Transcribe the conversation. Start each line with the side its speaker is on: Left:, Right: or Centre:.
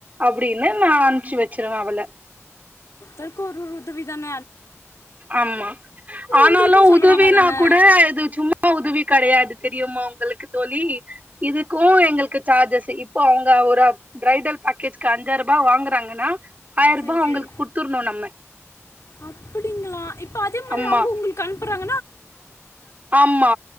Right: அப்டின்னு நா அம்ச்சு வச்சிருவே அவள
Left: <unintelligible> உதவிதான
Right: ஆமா ஆனாலூ
Left: உங்களுக்கு சொல்லுவாங்க
Right: உதவினா
Left: தானே
Right: கூட இது சும்மா <unintelligible> உதவி கெடையாது தெரியுமா உங்குளுக்கு தோழி இதுக்கூ எங்ளுக்கு சார்ஜஸ்ஸு இப்போ அவங்க ஒரு பிரைடல் பேக்கேஜ்க்கு அஞ்சாயிருபா வாங்கறாங்கன்னா ஆய்ருபா
Left: செரி
Right: அவுங்ளுக்கு
Left: செரி
Right: குடுத்துர்னு நம்ம
Left: அப்டிங்களா அதே மாறி
Right: ஆமா
Left: அவுங்க உங்களுக்கு அனுப்புறாங்
Right: ஆமா